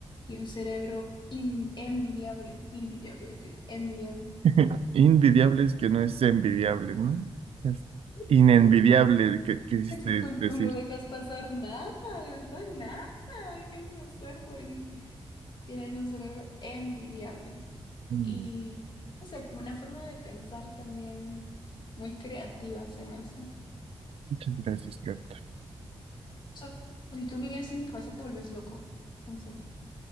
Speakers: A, on the left; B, on the right.
A: Y un cerebro in- envidiable, envidiable, iba a decir, envidiable.
B: <laughs> Invidiable es que no es envidiable, ¿no? Es inenvidiable,
A: <laughs>
B: que quisiste
A: Es que con-
B: decir.
A: tú no dejas pasar nada, ¿verdad? Nada, no dejas pasar, Juani. Tienes un cerebro envidiable.
B: Mm,
A: Y, o sea, como una forma de pensar también muy creativa se me hace.
B: Muchas gracias, Kat.
A: sea, si tú vivieras en mi cabeza, te vuelves loco. En serio.